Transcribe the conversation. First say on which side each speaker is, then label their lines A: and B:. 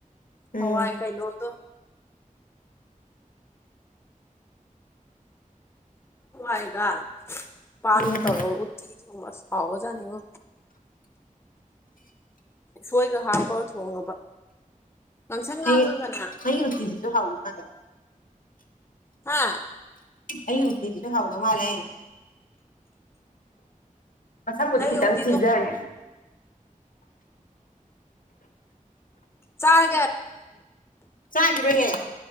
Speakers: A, on the left (about 75°); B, on the left (about 20°).
A: ꯎꯝ
B: ꯍꯋꯥꯏ ꯀꯩꯅꯣꯗꯣ ꯑꯒ ꯄꯥꯟꯒ
A: ꯎꯝ
B: ꯇꯧꯔ ꯎꯠꯇꯤ ꯊꯣꯡꯕ ꯑꯁ ꯍꯥꯎꯒꯖꯥꯅꯤꯉꯣ ꯁꯣꯏꯒ ꯍꯥꯞꯄꯒ ꯊꯣꯡꯉꯕ ꯉꯥꯡꯁꯪ ꯉꯥꯡꯉꯒꯅꯦ
A: ꯑꯩ ꯑꯩ ꯌꯇꯤꯁꯤꯁꯨ ꯍꯥꯎꯕ
B: ꯍꯥꯥ
A: ꯑꯩ ꯎꯇꯤꯁꯤꯁꯨ ꯍꯥꯎꯗꯧ ꯃꯥꯜꯂꯦ ꯃꯁꯛꯄꯨꯗꯤ
B: ꯅꯪꯒꯤ
A: ꯈꯤꯇꯪ
B: ꯎꯇꯤꯗꯣ
A: ꯊꯤꯖꯔꯦ
B: ꯆꯥ
A: ꯆꯥꯒꯤꯔꯣꯏꯌꯦ